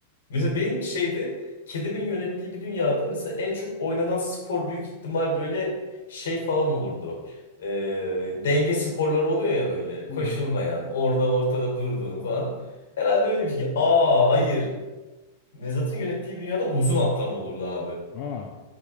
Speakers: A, on the left (about 85°); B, on the left (about 40°).
A: mesela benim şeyde kedimin yönettiği bir dünyada mesela en çok oynanan spor büyük ihtimal böyle şey falan olurdu. Eee, denge sporları oluyor ya böyle koşulmayan,
B: Hı hı.
A: orada ortada durduğum falan. Herhalde öyle bir şey. Aa hayır. Mezat'ın yönettiği bir dünyada uzun atlama olurdu abi
B: Aa.